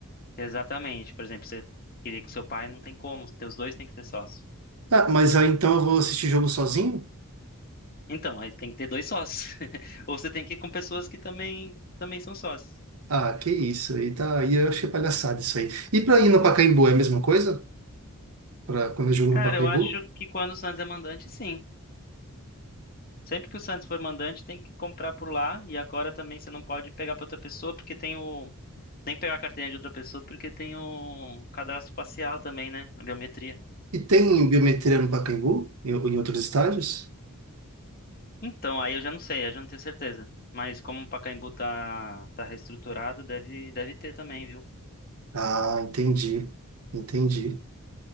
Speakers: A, on the left; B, on the right.
A: Exatamente, por exemplo, você queria que seu pai não tem como, teus dois têm que ser sócios.
B: Ah, mas aí então eu vou assistir jogo sozinho?
A: Então, aí tem que ter dois sócios. <laughs> Ou você tem que ir com pessoas que também, também são sócios.
B: Ah, que isso. Aí tá, aí eu achei palhaçada isso aí. E pra ir no Pacaembu é a mesma coisa? Pra quando eu jogo
A: Cara,
B: no Pacaembu?
A: eu acho que quando o Santos é mandante, sim. Sempre que o Santos for mandante, tem que comprar por lá. E agora também você não pode pegar para outra pessoa, porque tem o. Nem pegar a carteirinha de outra pessoa, porque tem o cadastro facial também, né? A biometria.
B: E tem biometria no Pacaembu? Em, em outros estádios?
A: Então, aí eu já não sei, eu já não tenho certeza. Mas como o Pacaembu tá, tá reestruturado, deve, deve ter também, viu?
B: Ah, entendi. Entendi.